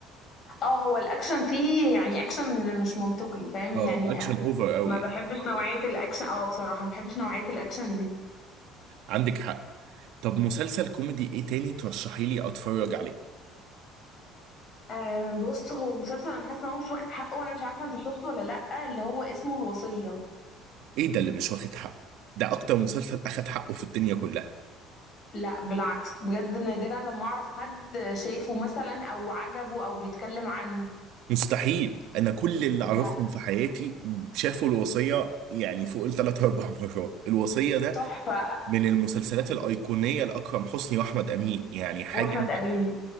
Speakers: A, on the left (about 35°); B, on the right (about 65°).
A: اه هو الاكشن فيه يعني اكشن مش منطقي فاهم
B: اه
A: يعني
B: اكشن اوفر قوي
A: ما بحبش
B: يعني
A: نوعية الاكشن اه بصراحة ما بحبش نوعية الاكشن دي
B: عندك حق طب مسلسل كوميدي ايه تاني ترشحي لي اتفرج عليه
A: آه بص هو مسلسل انا حاسة ان هو مش واخد حقه وانا مش عارفة انت شفته ولا لأ اللي هو اسمه الوصية
B: ايه ده اللي مش واخد حقه ده اكتر مسلسل اخد حقه في الدنيا كلها
A: لا بالعكس بجد نادرا لما اعرف حد شايفه مثلا او عجبه او بيتكلم عنه
B: مستحيل انا كل اللي اعرفهم
A: ده
B: في حياتي شافوا الوصية يعني فوق الثلاث اربع مرات الوصية ده
A: تحفة
B: من المسلسلات الايقونية لاكرم حسني واحمد امين يعني حاجة
A: واحمد امين